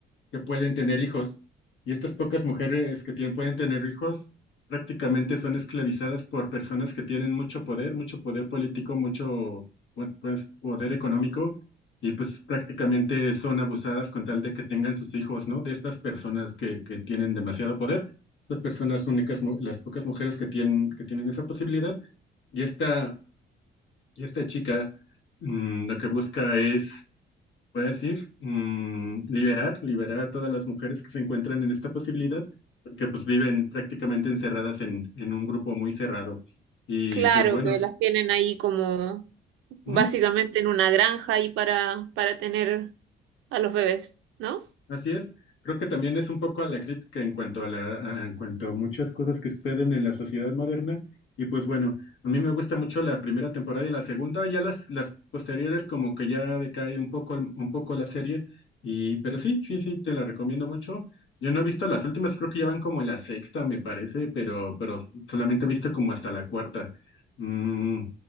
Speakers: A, on the left; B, on the right.
A: que pueden tener hijos. Y estas pocas mujeres que tienen, pueden tener hijos prácticamente son esclavizadas por personas que tienen mucho poder, mucho poder político, mucho pues, pues, poder económico, y pues prácticamente son abusadas con tal de que tengan sus hijos, ¿no? De estas personas que, que tienen demasiado poder. Las personas únicas, mu- las pocas mujeres que tienen, que tienen esa posibilidad. Y esta, y esta chica mm, lo que busca es Voy a decir, mm, liberar, liberar a todas las mujeres que se encuentran en esta posibilidad, porque pues viven prácticamente encerradas en, en un grupo muy cerrado. Y
B: Claro
A: pues bueno,
B: que las tienen ahí como básicamente
A: ujú.
B: en una granja ahí para, para tener a los bebés, ¿no?
A: Así es. Creo que también es un poco a la crítica en cuanto a la, a- en cuanto a muchas cosas que suceden en la sociedad moderna. Y pues bueno, a mí me gusta mucho la primera temporada y la segunda, ya las, las posteriores como que ya decae un poco, el- un poco la serie. Y, pero sí, sí, sí, te la recomiendo mucho. Yo no he visto las últimas, creo que ya van como en la sexta, me parece, pero, pero solamente he visto como hasta la cuarta. Mm,